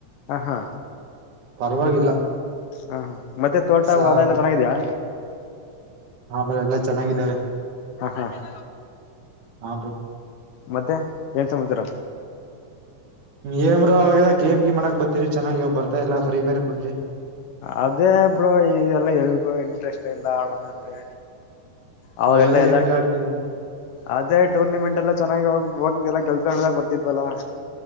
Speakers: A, on the left; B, on the right.
A: ಹಹಾ
B: ಪರವಾಗಿಲ್ಲ.
A: ಹಾ ಹಾ ಮತ್ತೆ ತೋಟ
B: ಸ
A: ಅಲ್ಲ ಎಲ್ಲ ಚೆನ್ನಾಗಿದ್ಯಾ?
B: ಆಮೇಲಲ್ಲ ಚೆನ್ನಾಗಿದ್ದಾವೆ.
A: ಹಾ ಹಾ ಹ
B: ಹಾ ಬ್ರೋ
A: ಮತ್ತೆ ಏನ್ ಸಮಚರ?
B: ಏಮ್ ಬ್ರೋ ಅವಾಗೆಲ್ಲ ಗೇಮ್ ಗೀಮ್ ಆಡಕ್ ಬರ್ತಾ ಇದ್ರಿ ಚೆನ್ನಾಗಿ ಇವಾಗ ಬರ್ತಾ ಇಲ್ಲ ಫ್ರೀ ಫೈರ್ ಪಬ್ಜಿ.
A: ಅದೇ ಬ್ರೋ ಈಗೆಲ್ಲ ಎಲ್ಗ ಇಂಟ್ರೆಸ್ಟ್ ಇಲ್ಲ ಆಡೋದ ಅಂದ್ರೆ. ಅವಾಗೆಲ್ಲ
B: ಅವಾಗೆಲ್ಲಾ ಹೆಂಗ್
A: ಎಲ್ಲ
B: ಆಡ್ತಿದ್ವಿ
A: ಅದೇ ಟೂರ್ನಮೆಂಟ್ ಎಲ್ಲ ಚೆನ್ನಾಗಿ ಹೋಗ ಎಲ್ಲ ಗೆಲ್ತಾ ಎಲ್ಲ ಬರ್ತಿದ್ವಲ್ಲ ಅವಾಗ.